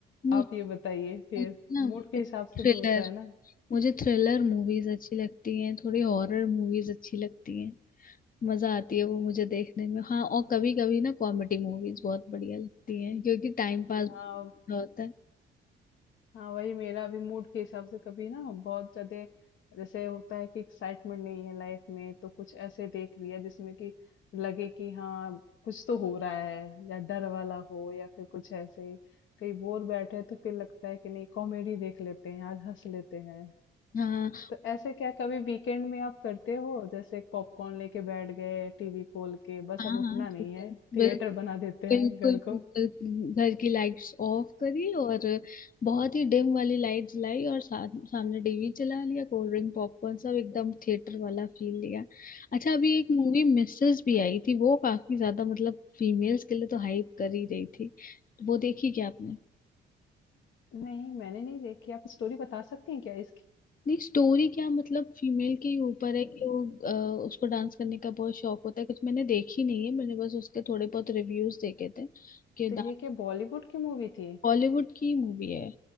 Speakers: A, on the left; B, on the left.
A: मुझे
B: आप ये बताइए फिर
A: मुझे ना
B: मूड
A: मुझे
B: के हिसाब से
A: थ्रिलर
B: भी होता है ना।
A: मुझे थ्रिलर मूवीज अच्छी लगती हैं थोड़ी हॉरर मूवीज अच्छी लगती हैं मजा आती है वो मुझे देखने में हाँ और कभी कभी ना कॉमेडी मूवीज बहुत बढ़िया लगती हैं क्योंकि टाइम पास
B: हाँ,
A: होता है
B: हाँ वही मेरा भी मूड के हिसाब से कभी ना बहुत ज्यादा जैसे होता है कि एक्साइटमेंट नहीं है लाइफ में तो कुछ ऐसे देख लिया जिसमें कि लगे कि हाँ कुछ तो हो रहा है या डर वाला हो या फिर कुछ ऐसे ही कहीं बोर बैठे हैं, तो फिर लगता है कि नहीं कॉमेडी देख लेते हैं आज हंस लेते हैं
A: हाँ
B: तो ऐसे क्या कभी वीकेंड में आप करते हो जैसे पॉपकॉर्न लेके बैठ गए टीवी खोल के बस
A: हाँ
B: अब
A: हाँ
B: उठना नहीं
A: बिल्कुल
B: है थिएटर
A: बिल्कुल
B: बना देते हैं घर
A: बिल्कुल
B: को
A: बिल्कुल घर की लाइट्स ऑफ करी और बहुत ही डिम वाली लाइट जलाई और सा, सामने टीवी चला लिया कोल्ड ड्रिंक पॉपकॉर्न सब एकदम थिएटर वाला फील लिया अच्छा अभी एक मूवी मिसेस भी आई थी वो काफी ज्यादा मतलब फीमेल्स के लिए तो हाइप कर ही रही थी वो देखी क्या आपने
B: नहीं मैंने नहीं देखी आप स्टोरी बता सकती हैं क्या इसकी
A: नहीं स्टोरी क्या मतलब फीमेल के ही ऊपर है कि वो अ, उसको डांस करने का बहुत शौक होता है कुछ मैंने देखी नहीं है मैंने बस उसके थोड़े बहुत रिव्यूज देखे थे कि
B: तो ये क्या बॉलीवुड की मूवी थी
A: बॉलीवुड की मूवी है